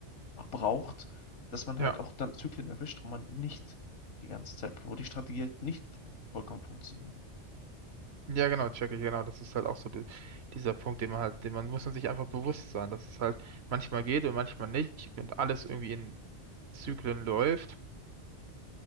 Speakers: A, on the left; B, on the right.
A: braucht, dass man
B: ja.
A: halt auch dann Zyklen erwischt, wo man nicht die ganze Zeit, wo die Strategie halt nicht vollkommen funktioniert.
B: Ja, genau, check ich, genau. Das ist halt auch so die, dieser Punkt, den man halt, den man muss man sich einfach bewusst sein, dass es halt manchmal geht und manchmal nicht und alles irgendwie in Zyklen läuft,